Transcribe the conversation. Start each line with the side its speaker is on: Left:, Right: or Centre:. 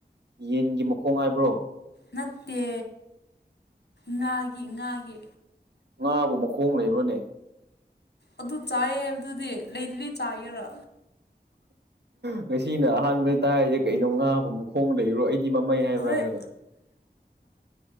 Right: ꯌꯦꯟꯒꯤ ꯃꯈꯣꯡ ꯍꯥꯏꯕ꯭ꯔꯣ
Left: ꯅꯠꯇꯦ ꯉꯥꯒꯤ ꯉꯥꯒꯤ
Right: ꯉꯥꯕꯨ ꯃꯈꯣꯡ ꯂꯩꯕ꯭ꯔꯅꯦ
Left: ꯑꯗꯨ ꯆꯥꯏꯌꯦ ꯑꯗꯨꯗꯤ ꯂꯩꯗꯨꯗꯤ ꯆꯥꯒꯦꯔꯥ
Right: ꯉꯁꯤꯅ ꯑꯍꯥꯟꯕꯅ‌ꯦ ꯇꯥꯔꯤꯁꯦ ꯀꯩꯅꯣ ꯉꯥꯕꯨ ꯃꯈꯣꯡ ꯂꯩꯕꯔꯣ ꯑꯩꯗꯤ ꯃꯃꯩ ꯍꯥꯏꯕ꯭ꯔꯥ
Left: ꯍꯣꯔꯦꯟ
Right: ꯍꯥꯏꯔꯒ